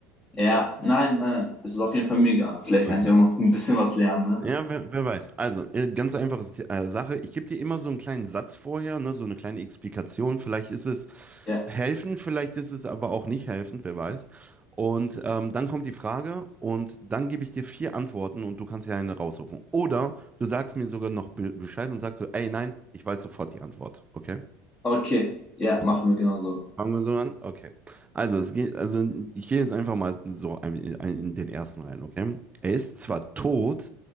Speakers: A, on the left; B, on the right.
A: Ja, nein, nein, es ist auf jeden Fall mega. Vielleicht
B: Okay.
A: kann ich auch noch ein bisschen was lernen, ne?
B: Ja, wer, wer weiß. Also, äh, ganz einfache S- äh, Sache. Ich gebe dir immer so einen kleinen Satz vorher, ne, so eine kleine Explikation. Vielleicht ist es
A: Ja,
B: helfend, vielleicht ist es aber auch nicht helfend, wer weiß. Und ähm, dann kommt die Frage und dann gebe ich dir vier Antworten und du kannst dir eine raussuchen. Oder du sagst mir sogar noch be Bescheid und sagst so, ey, nein, ich weiß sofort die Antwort. Okay?
A: okay, ja,
B: Okay.
A: machen wir genauso.
B: Fangen wir so an? Okay. Also, es geht, also ich gehe jetzt einfach mal so ein, in, in den ersten rein, okay? Er ist zwar tot,